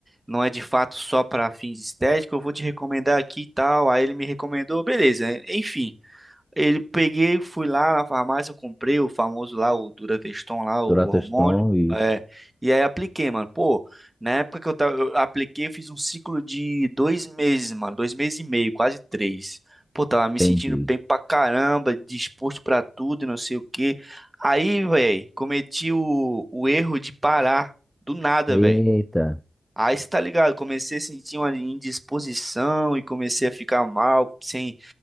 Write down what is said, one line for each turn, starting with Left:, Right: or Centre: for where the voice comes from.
Right: não é de fato só para fins estéticos, eu vou te recomendar aqui e tal. Aí ele me recomendou, beleza, enfim. Ele peguei, fui lá na farmácia, eu comprei o famoso lá, o Durateston lá, o
Centre: Durateston,
Right: hormônio.
Centre: isso.
Right: É, e aí apliquei, mano. Pô, na época que eu tava, eu apliquei, eu fiz um ciclo de dois meses, mano. Dois meses e meio, quase três. Pô, tava me
Centre: Entendi.
Right: sentindo bem pra caramba, disposto pra tudo e não sei o quê. Aí, velho, cometi o, o erro de parar do nada,
Centre: Eita,
Right: velho. Aí você tá ligado, comecei a sentir uma indisposição e comecei a ficar mal, sem